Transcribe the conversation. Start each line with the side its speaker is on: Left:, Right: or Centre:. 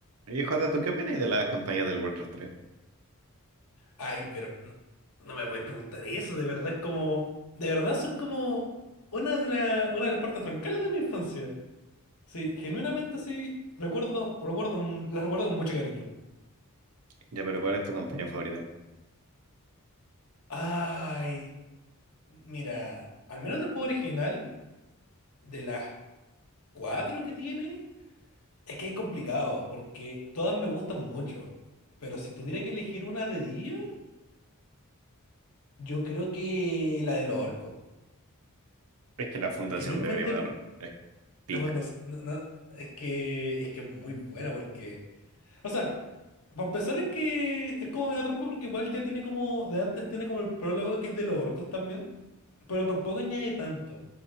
Right: Y Jota, ¿tú qué opinas de las campañas del Warcraft 3?
Left: Ay, pero no, no me voy a preguntar eso, de verdad es como, de verdad son como una de la, una de las partes troncales de mi infancia. Sí, genuinamente sí, recuerdo, recuerdo, m- las recuerdo con mucho cariño.
Right: Ya, pero ¿cuál es tu campaña favorita?
Left: Ay, mira, al menos del juego original, de las cuatro que tiene, es que es complicado, porque todas me gustan mucho. Pero si tuviera que elegir una de ellos, yo creo que la de los orcos.
Right: Es que la fundación
Left: Genuinamente.
Right: de Brimmar es pick.
Left: La fundación, no, no, es que es que es muy buena porque, o sea, para empezar es que es como medio trampa porque igual ya tiene como, de antes tiene como el prólogo que es de los orcos también, pero tampoco añade tanto,